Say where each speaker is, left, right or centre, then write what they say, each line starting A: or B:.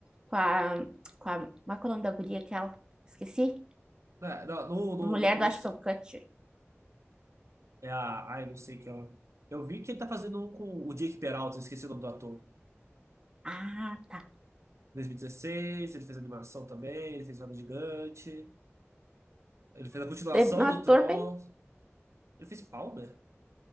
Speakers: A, on the right; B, on the right.
A: com a, com a, qual é que é o nome da guria que ela, esqueci?
B: É, não, no, no,
A: Mulher
B: no posto.
A: do Ashton Kutcher.
B: É a. Ai, não sei que é. Eu vi que ele tá fazendo um com o Jake Peralta, eu esqueci o nome do ator.
A: Ah, tá.
B: 2016, ele fez animação também, ele fez Roda Gigante, ele fez a continuação
A: É um ator
B: do Troll,
A: bem.
B: ele fez Palmer.